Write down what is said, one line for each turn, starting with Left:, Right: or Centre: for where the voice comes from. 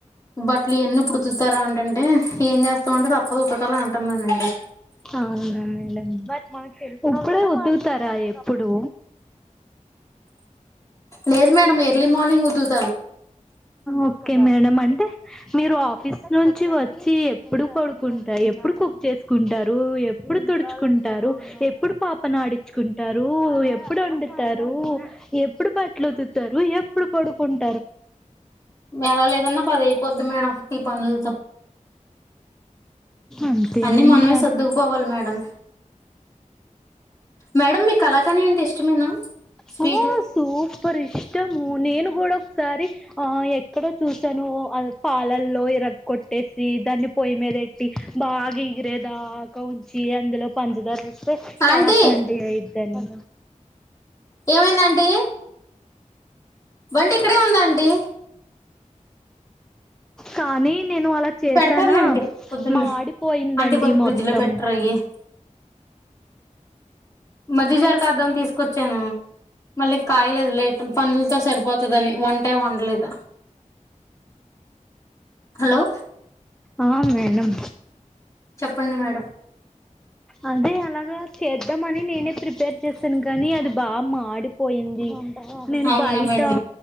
Left: బట్లు ఇయాన్నీ ఎపుడు ఉతుకుతారు అంటుంటే ఏం చేస్తామండి తప్పదు ఉతకలే అంట్. అన్నానండి.
Centre: అవున మేడం ఇప్పుడే ఉతుకుతారా ఎప్పుడు.
Left: లేదు మేడమ్ ఎర్లీ మార్నింగ్ ఉతుకు.
Centre: ఓకే మేడం అంటే మీరు ఆఫీస్. ఆఫిస్ నుంచి వచ్చి ఎప్పుడు పడుకుంటారు ఎప్పుడు కుక్ చేసుకుంటారు ఎప్పుడు తుడుచుకుంటారు. ఎప్పుడు పాపనడించుకుంటారు ఎప్పుడు వండుతారు ఎప్. ఎప్పుడు బట్టలుఉతుకుతారు ఎప్పుడు పడుకుంట.
Left: ఎడ లేదన్న పది అయిపోద్ది మేడం ఈ పనులతో.
Centre: అంతేలేండి
Left: అన్ని మనమే సర్దుకుపోవాలి మేడం. మేడం మీకు కళాకని అంటే ఇష్టమేనా. స్వీట్
Centre: హొ సూపర్ ఇష్టము నేను. కూడా ఒకసారి ఆహ్ ఎక్కడో చూసాను అది పాలల్లో ఇరగ్కొట్టేసి దాన్ని. పొయ్యి మీద ఎట్టి బాగా ఇగిరే దాకా ఉంచి అందులో పంచదర ఏసి. స్తే కళాఖండీ
Left: ఆంటీ
Centre: అయిది అని.
Left: ఏమైంది ఆంటీ. బండి ఇక్కడే ఉంది ఆంటీ.
Centre: కానీ నేను అలా చేసానా
Left: పెడతారులే అంటి పొద్దున్నే.
Centre: మాడిపోయిందండి
Left: అంటి కొంచం ఫ్రిడ్జ్
Centre: మొత్తం
Left: లో పెట్టారా ఇయి. మాజీగజర్ కదం అని తీసుకొచ్చాను మళ్ళీ కాయలేదు లేట్ పనులతో సరిపోత. గాని వంట ఏం వండలేదు. హలో
Centre: ఆహ్ మేడం.
Left: చెప్పండి మేడం.
Centre: అంటే అలాగా చేద్దాంమని నేనే ప్రిపేర్ చేశాను కానీ అది. బాగా మాడిపోయింది. నేను
Left: అవునా
Centre: బయట
Left: మేడం